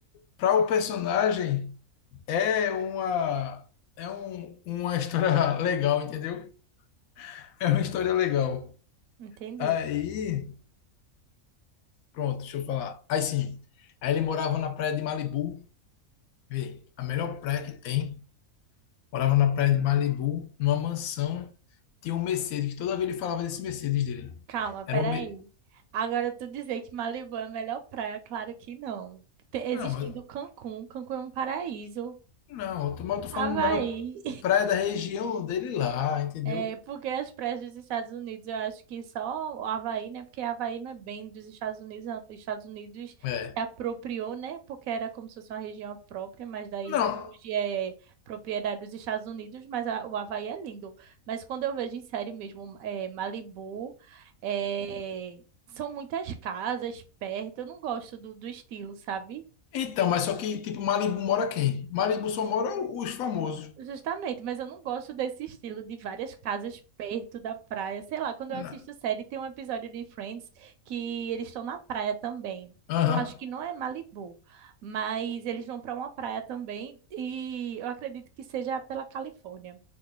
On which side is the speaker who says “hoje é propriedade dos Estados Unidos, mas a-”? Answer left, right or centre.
Right